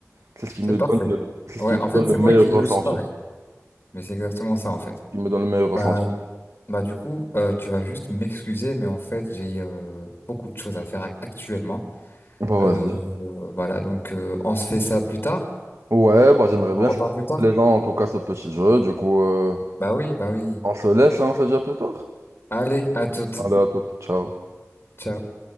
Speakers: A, on the right (about 65°); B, on the left (about 40°).
A: C'est ce qui me
B: c'est parfait.
A: donne le, c'est
B: Ouais,
A: ce qui me
B: en fait,
A: donne le
B: c'est
A: meilleur
B: moi qui,
A: ressenti.
B: je suis pareil. Mais c'est exactement ça, en fait.
A: Ce qui me donne le meilleur ressenti.
B: Bah, Bah du coup, euh, tu vas juste m'excuser, mais en fait, j'ai euh, beaucoup de choses à faire ac- actuellement.
A: Bah,
B: Euh,
A: vas-y.
B: euh, voilà, donc euh, on se fait ça plus tard.
A: Ouais, bah, j'aimerais bien.
B: On repart
A: C'était
B: plus tard.
A: plaisant, en tout cas, ce petit jeu. Du coup, euh,
B: Bah oui, bah oui.
A: on se laisse, hein, on se dit à plus tard.
B: Allez, à toutes.
A: Allez, à toute. Ciao.
B: Ciao.